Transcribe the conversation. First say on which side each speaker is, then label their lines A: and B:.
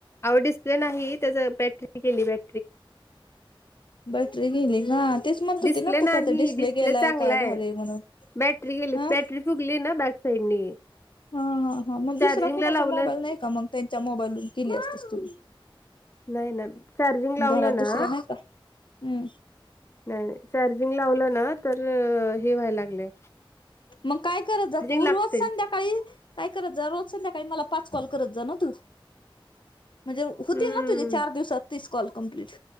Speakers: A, on the left; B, on the left.
A: अवो डिस्प्ले नाही त्याचं बॅटरी गेली बॅटरी.
B: बॅटरी गेलीय का? तेच म्हणत होती
A: डिस्प्ले
B: ना तू
A: नाही
B: काय तर डिस्प्ले गेलाय
A: चांगला
B: काय
A: आहे
B: झालंय म्हणून
A: बॅटरी गेली
B: हां
A: बॅटरी फुगली ना बॅक साईडनी.
B: हा हा हा मग
A: चार्जिंगला
B: दुसरा कुणाचा
A: लावलं
B: मोबाईल नाही का मग त्यांच्या मोबाईलवरून केली असतीस तू.
A: नाही ना चार्जिंग लावलं
B: घरात
A: ना
B: दुसरा नाही का हम्म
A: नाही नाही चार्जिंग लावलं ना तर हे व्हायला लागलंय.
B: मग काय करत जा तू
A: लागते
B: रोज संध्याकाळी काय करत जा रोज संध्याकाळी मला पाच कॉल करत जा ना तू. म्हणजे होतील
A: हम्म
B: ना तुझे चार दिवसात तीस कॉल कंप्लीट.